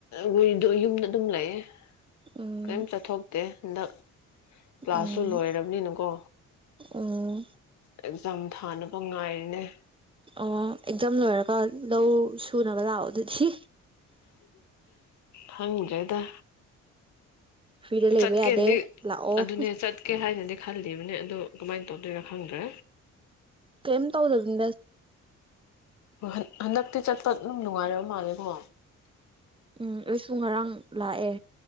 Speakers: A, on the left; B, on the right.
A: ꯍꯨꯏꯗꯣ ꯌꯨꯝꯗ ꯑꯗꯨꯝ ꯂꯩꯥꯌꯦ
B: ꯎꯝ
A: ꯀꯩꯝ ꯆꯠꯊꯣꯛꯇꯦ ꯍꯟꯗꯛ ꯀ꯭ꯂꯥꯁꯁꯨ
B: ꯎꯝ
A: ꯂꯣꯏꯔ ꯅꯤꯅꯀꯣ
B: ꯎꯝ
A: ꯑꯦꯛꯖꯥꯝ ꯊꯥꯅꯕ ꯉꯥꯏꯔꯤꯅꯦ
B: ꯑꯣ ꯑꯦꯛꯖꯥꯝ ꯂꯣꯏꯔꯒ ꯂꯧ ꯁꯨꯅꯕ ꯂꯥꯛꯑꯣ ꯑꯗꯨꯗꯤ
A: ꯈꯪꯗ꯭ꯔꯦꯗ
B: ꯐ꯭ꯔꯤꯗ ꯂꯩꯕ
A: ꯆꯠꯀꯦꯅꯗꯤ
B: ꯌꯥꯗꯦ ꯂꯥꯛꯑꯣ
A: ꯑꯗꯨꯅꯦ ꯆꯠ ꯀꯦ ꯍꯥꯏꯅꯗꯤ ꯈꯜꯂꯤꯕꯅꯦ ꯑꯗꯣ ꯀꯃꯥꯏꯅ ꯇꯧꯗꯣꯏꯔꯥ ꯈꯪꯗ꯭ꯔꯦ
B: ꯀꯥꯝ ꯇꯧꯗꯕꯅꯤꯗ
A: ꯍꯟ ꯍꯟꯗꯛꯇꯤ ꯆꯠꯄ ꯑꯗꯨꯝ ꯅꯨꯡꯉꯥꯏꯔꯕ ꯃꯥꯜꯂꯦꯀꯣ
B: ꯎꯝ ꯑꯩꯁꯨ ꯉꯔꯥꯡ ꯂꯥꯛꯑꯦ